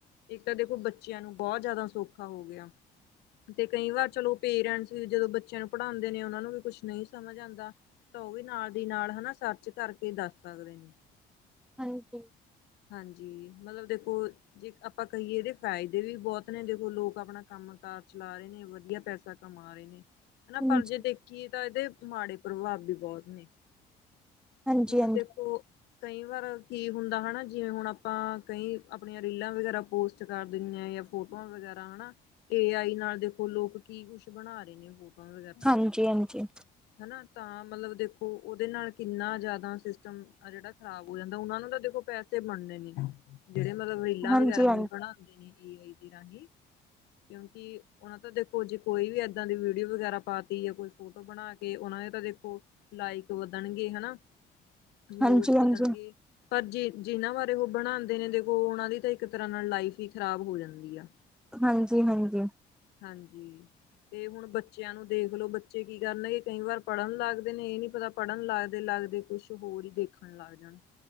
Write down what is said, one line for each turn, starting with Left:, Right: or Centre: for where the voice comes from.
Left: ਇੱਕ ਤਾਂ ਦੇਖੋ, ਬੱਚਿਆਂ ਨੂੰ ਬਹੁਤ ਜ਼ਿਆਦਾ ਸੌਖਾ ਹੋ ਗਿਆ। ਤੇ ਕਈ ਵਾਰ ਚਲੋ ਪੇਰੈਂਟਸ ਵੀ ਜਦੋਂ ਬੱਚਿਆਂ ਨੂੰ ਪੜ੍ਹਾਉਂਦੇ ਨੇ, ਉਹਨਾਂ ਨੂੰ ਵੀ ਕੁਛ ਨਹੀਂ ਸਮਝ ਆਉਂਦਾ। ਤਾਂ ਉਹ ਵੀ ਨਾਲ ਦੀ ਨਾਲ ਹਨਾ, ਸਰਚ ਕਰਕੇ ਦੱਸ ਸਕਦੇ ਨੇ
Centre: ਹਾਂਜੀ।
Left: ਹਾਂਜੀ, ਮਤਲਬ ਦੇਖੋ? ਜੇ ਆਪਾਂ ਕਹੀਏ ਇਹਦੇ ਫਾਇਦੇ ਵੀ ਬਹੁਤ ਨੇ ਦੇਖੋ ਲੋਕ ਆਪਣਾ ਕੰਮ ਕਾਰ ਚਲਾ, ਰਹੇ ਨੇ ਵਧੀਆ ਪੈਸਾ ਕਮਾ ਹਾਏ ਨੀ
Centre: ਹਾਂਜੀ
Left: ਪਰ ਜੇ ਦੇਖੀਏ, ਤਾਂ ਇਹਦੇ ਮਾੜੇ ਪ੍ਰਭਾਵ ਵੀ ਬਹੁਤ ਨੇ
Centre: ਹਾਂਜੀ
Left: ਹੁਣ
Centre: ਹਾਂਜੀ
Left: ਦੇਖੋ। ਕਈ ਵਾਰ ਕੀ ਹੁੰਦਾ ਹਨਾ, ਜਿਵੇਂ ਹੁਣ ਆਪਾਂ ਕਈ ਆਪਣੀਆਂ ਰੀਲਾਂ ਵਗੈਰਾ ਪੋਸਟ ਕਰ ਦਿੰਨਆਂ ਜਾਂ ਫੋਟੋਆਂ ਵਗੈਰਾ ਹਨਾ, ਏ ਆਈ ਨਾਲ ਦੇਖੋ ਲੋਕ ਕੀ ਕੁੱਛ ਬਣਾ ਰਹੇ ਨੇ ਫੋਟੋਆਂ ਵਗੈਰਾ
Centre: ਹਾਂਜੀ,
Left: ਦਾ
Centre: ਹਾਂਜੀ।
Left: ਹਨਾ ਤਾਂ ਮਤਲਬ ਦੇਖੋ, ਉਹਦੇ ਨਾਲ ਕਿੰਨਾ ਜ਼ਿਆਦਾ ਸਿਸਟਮ ਆ ਜਿਹੜਾ ਖ਼ਰਾਬ ਹੋ ਜਾਂਦਾ ਉਹਨਾ ਨੂੰ ਤਾਂ ਦੇਖੋ ਪੈਸੇ ਬਣੇ ਨੇ ਜਿਹੜੇ ਮਤਲਬ ਰੀਲਾਂ
Centre: ਹਾਂਜੀ
Left: ਵਗੈਰਾ ਬਣਾਉਂਦੇ ਨੇ ਏ ਆਈ ਰਾਹੀਂ। <inaudible> ਕਿਉਂਕਿ ਉਹਨਾਂ ਤਾਂ ਦੇਖੋ ਜੇ ਕੋਈ ਵੀ ਏਦਾਂ ਦੀ ਵੀਡੀਓ, ਵਗੈਰਾ ਪਾ ਤ ਜਾਂ ਕੋਈ ਫੋਟੋ ਬਣਾ ਕੇ। ਕਿ ਉਹਨਾਂ ਦੇ ਤਾਂ ਦੇਖੋ ਲਾਇਕ ਵਧਣਗੇ ਹਨਾ, ਵਿਊਜ਼
Centre: ਹਾਂਜੀ ਹਾਂਜੀ
Left: ਵਧਣਗੇ। ਪਰ ਜੇ ਜਿਨਾਂ ਬਾਰੇ ਉਹ ਬਣਾਉਂਦੇ ਨੇ ਦੇਖੋ, ਉਹਨਾਂ ਦੀ ਤਾਂ ਇੱਕ ਤਰ੍ਹਾਂ ਨਾਲ ਲਾਈਫ ਹੀ ਖ਼ਰਾਬ ਹੋ ਜਾਂਦੀ ਆ।
Centre: ਹਾਂਜੀ, ਹਾਂਜੀ।
Left: ਹਾਂਜੀ, ਤੇ ਹੁਣ ਬੱਚਿਆਂ ਨੂੰ ਦੇਖਲੋ ਬੱਚੇ ਕੀ ਕਰਨਗੇ, ਕਈ ਵਾਰ ਪੜ੍ਹਨ ਲੱਗਦੇ ਨੇ ਇਹ ਨੀ ਪਤਾ। ਪੜ੍ਹਨ ਲੱਗਦੇ ਲੱਗਦੇ ਕੁਛ ਹੋਰ ਹੀ ਦੇਖਣ ਲੱਗ ਜਾਣ